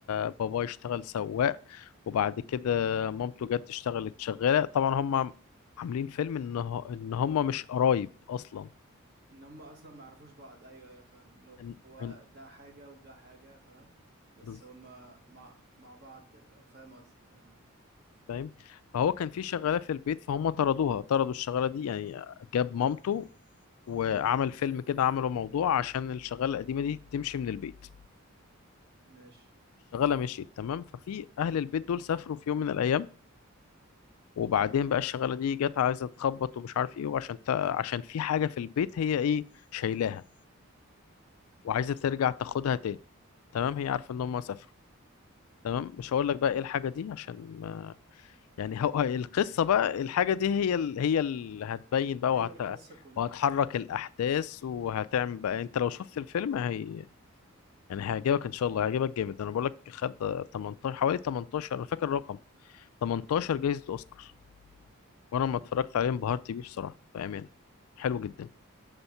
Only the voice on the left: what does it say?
باباه يشتغل سواق وبعد كده مامته جت تشتغلت شغالة طبعا هم عاملين فيلم ان هو- ان هم مش قرايب اصلا
إن...
إن...
بز-
فاهم فهو كان في شغالة في البيت فهم طردوها طردوا الشغالة دي يعني جاب مامته وعمل فيلم كده عملوا موضوع عشان الشغالة القديمة دي تمشي من البيت
الشغاله مشيت تمام ففي اهل البيت دول سافروا في يوم من الايام وبعدين بقى الشغاله دي جت عايزه تخبط ومش عارف ايه وعشان تا... عشان في حاجه في البيت هي ايه شايلاها وعايزه
ترجع تاخدها تاني تمام هي عارفه ان هم سافروا تمام مش هقول
لك بقى ايه الحاجه دي عشان ما... <laughs> يعني هو القصه بقى الحاجه دي هي ال... هي اللي هتبين بقى
وهت...
وهتحرك الاحداث وهتعمل بقى يعني انت لو شفت الفيلم هي يعني هيعجبك ان شاء الله هيعجبك جامد انا بقول لك خد 18 حوالي 18 انا فاكر الرقم 18 جايزة أوسكار وأنا لما
اتفرجت عليه انبهرت بيه بصراحة بأمان حلو جدا